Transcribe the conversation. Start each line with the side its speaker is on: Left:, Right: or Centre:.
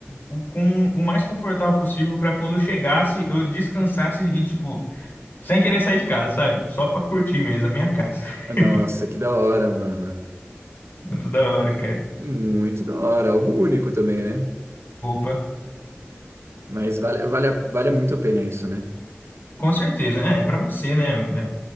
Left: o- com o mais confortável possível para quando eu chegasse, eu descansasse e, tipo, sem querer sair de casa, sabe? Só pra curtir mesmo a minha casa. <laughs>
Right: Nossa, que da hora, mano.
Left: Muito da hora, cara.
Right: Muito da hora, algo único também, né?
Left: Opa.
Right: Mas vale, vale, a- vale muito a pena isso, né?
Left: Com certeza, é, é para você, né? É,